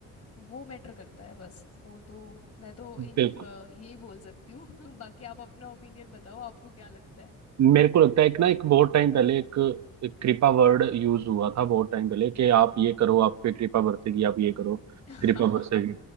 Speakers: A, on the left; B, on the right.
A: वो मैटर करता है बस और तो मैं तो इन-
B: बिल्कुल
A: अ, यही बोल सकती हूँ <laughs> बाकी आप अपना ओपिनियन बताओ आपको क्या लगता है
B: मेरे को लगता है एक ना एक बहुत टाइम पहले एक, एक कृपा वर्ड यूज हुआ था बहुत टाइम पहले कि आप ये करो आप पे कृपा बरसेगी आप ये करो
A: <laughs>
B: कृपा
A: हाँ
B: बरसेगी